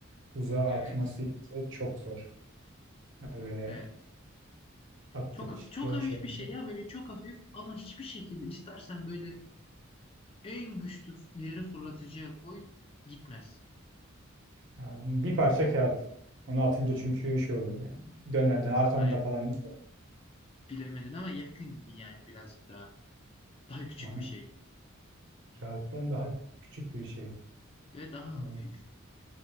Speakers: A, on the right; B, on the left.
A: uzağa
B: Evet.
A: atması ise çok zor. Öyle
B: Evet.
A: attıkça
B: Çok çok hafif
A: şey olacak.
B: bir şey ya böyle çok hafif ama hiçbir şekilde istersen böyle en güçlü ileri fırlatıcıya koy gitmez.
A: Yani bir parça kağıt. Onu atınca çünkü şey olur yani. Döner döner arkanda
B: Hayır
A: falan.
B: bilemedin ama yakın gibi yani birazcık daha daha küçük
A: Ona
B: bir şey
A: kağıttan daha küçük bir şey.
B: ve daha
A: Hmm,
B: hafif.